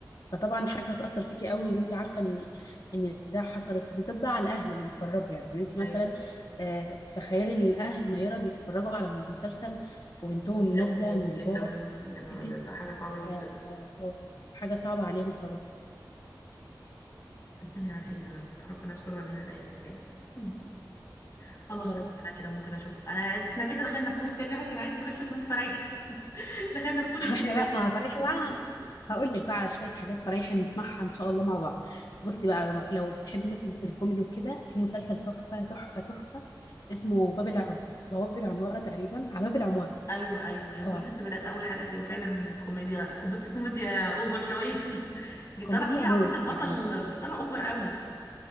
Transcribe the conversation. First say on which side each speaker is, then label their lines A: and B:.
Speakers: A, on the left; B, on the left.
A: فطبعا حاجة هتأثر فيكي قوي وانت عارفة ان ان ده حصلت وبالذات بقى على الاهل اللي بيتفرجوا يعني انت
B: قوي
A: مثلا آه تخيلي ان الاهل نيرة بيتفرجوا على المسلسل وبنتهم
B: ويلاقوه
A: نازلة
B: موجود
A: من البعد
B: قدامهم يا نهار
A: كده
B: أبيض لا حاجة صعبة جدا
A: آه آه، حاجة صعبة عليهم طبعا
B: ربنا يعافينا يا رب ربنا يستر علينا الأيام الجاية مم. خلاص
A: يا
B: تمام
A: رب
B: أنا كده ممكن أشوف أنا إحنا كده دخلنا في مود تاني الواحد كان عايز يخش في مود فريحي <laughs> دخلنا في مود
A: <laughs>
B: اكتئاب
A: احنا بقى ما فريحي
B: <laughs>
A: بقى انا هقول لك بقى على شويه حاجات فريحي نسمعها ان شاء الله مع بعض بصي بقى لو بتحبي مثلا الكوميدي وكده في مسلسل تحفه تحفه تحفه اسمه باب العم بواب العماره تقريبا على باب العماره
B: أيوه أيوه أنا
A: اه
B: كنت لسه بدأت أول حلقة فيه وفعلا كوميديا بس كوميديا أوفر شوية <laughs> جيت
A: كوميديا
B: طالع فيه
A: موت
B: عبيط البطل
A: يعني
B: طالع أوفر قوي